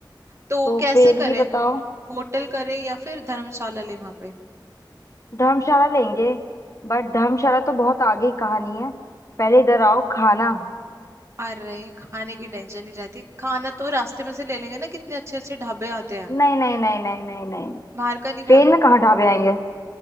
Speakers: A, on the right; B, on the left.
A: तो
B: तो
A: कैसे
B: फिर
A: करें
B: ये बताओ
A: होटल करें या फिर धर्मशाला ले वहां पे
B: धर्मशाला लेंगे बट धर्मशाला तो बहुत आगे की कहानी है पहले इधर आओ खाना
A: अरे खाने की टेंशन ही रहती है खाना तो रास्ते में से ले लेंगे ना कितने अच्छे अच्छे ढाबे आते हैं
B: नहीं नहीं नहीं नहीं नहीं नहीं
A: बाहर का नहीं खाना
B: ट्रेन में कहाँ ढाबे आएंगे